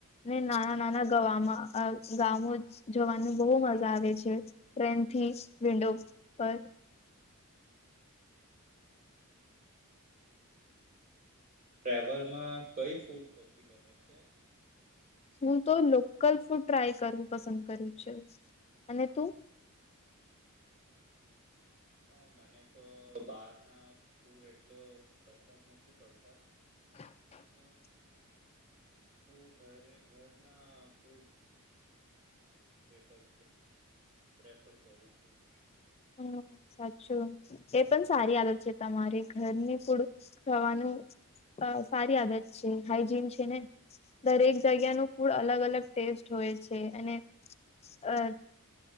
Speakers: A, on the left; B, on the right.
A: ને નાના નાના ગામો જવાનું બહુ મજા આવે છે, ટ્રેન થી વિન્ડો પર
B: ટ્રેવલમા કઈ ફૂડોથી ગમે છે,
A: હુ, તો લોકલ ફૂડ ટ્રાય કરવું પસંદ કર્યું છે. અને તું <unintelligible> <inaudible>
B: અ મને તો બહાર ના ફૂડ એટલો પસંદ નથી પડતા
A: <unintelligible>
B: અ
A: <inaudible>
B: હું ઘરે ઘરના ફૂડ પ્રર પ્રેફર કરું છું.
A: હું. સાચું એ પણ સારી આદત છે, તમારે ઘરની ફૂડ ખાવાનું અ સારી આદત છે હાઈજીન છે ને દરેક જગ્યા ન ફૂડ
B: અ
A: અલગ અલગ ટેસ્ટ હોય છે અને અ